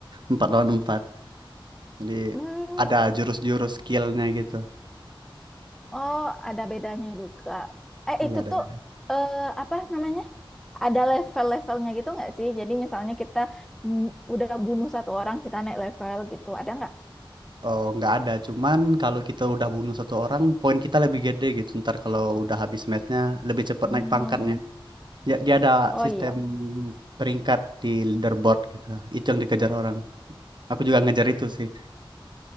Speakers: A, on the right; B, in the centre.
A: empat lawan empat. Jadi
B: Hmm,
A: ada jurus-jurus skillnya gitu.
B: oh ada bedanya juga. Eh
A: Iya
B: itu
A: ada.
B: tuh
A: Ben.
B: eh, apa namanya? Ada level-levelnya gitu nggak sih? Jadi misalnya kita mm, udah bunuh satu orang, kita naik level gitu, ada nggak?
A: Oh nggak ada, cuman kalau kita udah bunuh satu orang, poin kita lebih gede gitu. Ntar kalau udah habis matchnya, lebih cepet
B: Hmm,
A: naik pangkatnya. Ya, dia ada
B: oh
A: sistem
B: iya.
A: peringkat di leaderboard gitu. Itu yang dikejar orang. Aku juga ngejar itu sih.